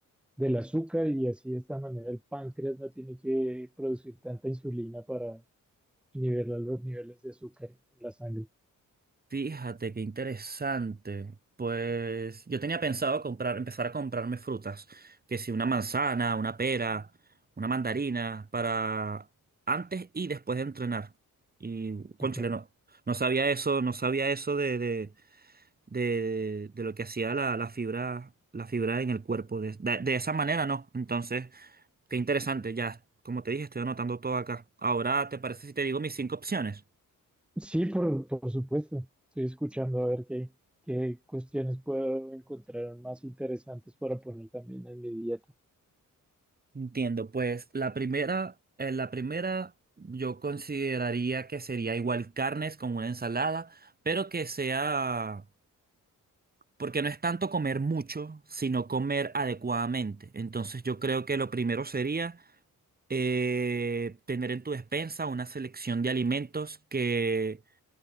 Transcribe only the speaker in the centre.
del azúcar y así de esta manera el páncreas no tiene que producir tanta insulina para nivelar los niveles de azúcar en la sangre.
Ok.
Sí, por, por supuesto. Estoy escuchando a ver qué, qué cuestiones puedo encontrar más interesantes para poner también en mi dieta.